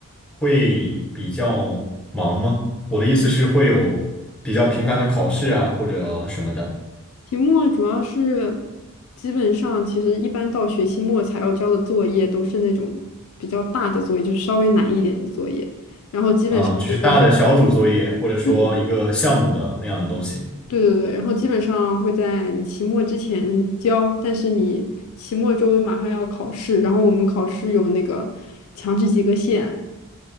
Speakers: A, in the centre; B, on the left.
A: 会比较忙吗？我的意思是会有比较频繁的考试啊，或者什么的，
B: 期末主要是基本上，其实一般到学期末才要交的作业都是那种比较大的作业，就是稍微难一点的作业。然后基本上都在，
A: 嗯，就是大的小组作业，或者说一个项目的那样的东西
B: 对对对。对对对，然后基本上会在你期末之前交，但是你期末周马上要考试，然后我们考试有那个强制及格线。